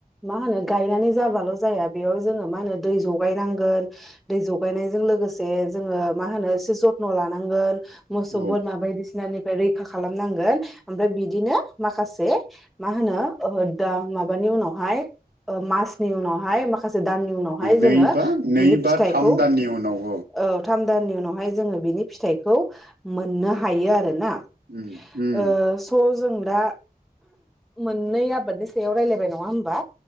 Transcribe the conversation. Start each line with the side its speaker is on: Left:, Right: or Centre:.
Centre: मा होनो गायनानै जाबाल' जाया बेयाव जोङो मा होनो दै जगायनांगोन दै जगायनायजों लोगोसे जोङो मा होनो इसे जत्न लानांगोन मोसौ
Right: औ
Centre: बोरमा बायदि सिनानि रैखा खालामनांगोन ओमफ्राय बिदिनो माखासे मा होनो ओ दा माबानिफ्राय उनावहाय ओ मासनि उनावहाय मा खाम माखासे दाननि उनावहाय
Right: नै
Centre: जोङो
Right: बा नै
Centre: बिनि
Right: बा
Centre: फिथाइखौ
Right: थाम दाननि उनाव
Centre: औ थाम दाननि उनावहाय जोङो बिनि फिथाइखौ मोननो हायो आरो ना।
Right: उम उम
Centre: ओ स जों दा मोननै आबादनि सायाव रायलायबाय नङा होमबा